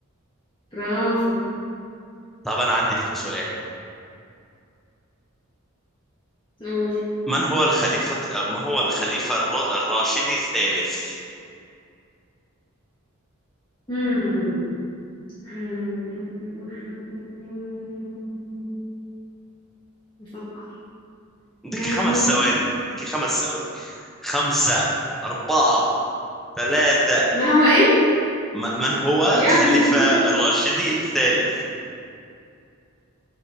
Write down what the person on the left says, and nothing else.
برافو
قول
مم. آمم، إمم، إمم، إمم، إمم، إمم، نفكر
ما
هو
ما هو إيه؟
يا
ابني